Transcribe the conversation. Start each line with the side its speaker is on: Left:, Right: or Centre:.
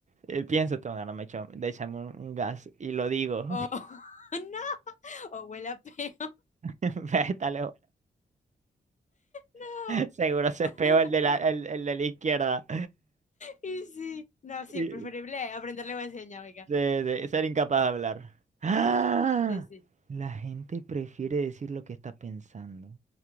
Right: eh, pienso, tengo ganas, me echo, de echarme un, un gas y lo digo.
Left: Oh, <laughs> no. <laughs> o huele a peo.
Right: <laughs> Está
Left: No.
Right: Seguro se
Left: <laughs>
Right: espeó el de la, el, el de la izquierda.
Left: Y sí, no, sí,
Right: Y
Left: preferible aprender lengua de señas, oiga.
Right: De, de ser incapaz de hablar. ¡Ah!
Left: Sí, sí,
Right: La gente prefiere decir lo que está pensando.